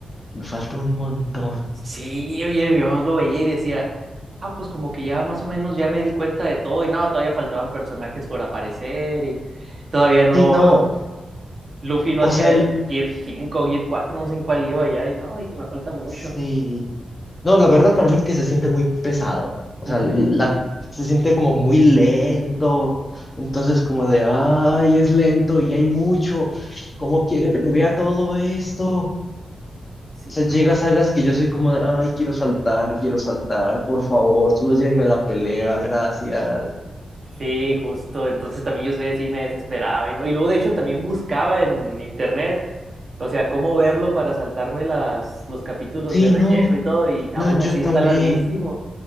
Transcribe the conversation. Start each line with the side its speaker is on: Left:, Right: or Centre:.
Left: me falta un montón.
Right: Sí, oye, Dios lo veía y decía, ah, pues como que ya más o menos ya me di cuenta de todo. Y no, todavía faltaban personajes por aparecer y todavía no,
Left: Sí, no,
Right: Luffy no
Left: o
Right: hacía
Left: sea,
Right: el
Left: l-
Right: Gear cinco, Gear cuatro, no sé en cuál iba ya, y no, dije, me falta mucho.
Left: sí. No, la verdad para mí es que se siente muy pesado. O
Right: Ujú.
Left: sea, la, se siente como muy lento. Entonces como de, ay, es lento y hay mucho. ¿Cómo quieres que vea todo esto?
Right: Sí,
Left: sea, llega
Right: justo.
Left: a sagas que yo soy como de, ay, quiero saltar, quiero saltar, por favor, solo llévenme a la pelea, gracias.
Right: Sí, justo. Entonces también yo soy así, me desesperaba y no. Y luego de hecho también buscaba en internet, o sea, cómo verlo para saltarme las, los capítulos
Left: Sí,
Right: de relleno
Left: no,
Right: y todo, y aún
Left: no, yo
Right: así
Left: también.
Right: está larguísimo.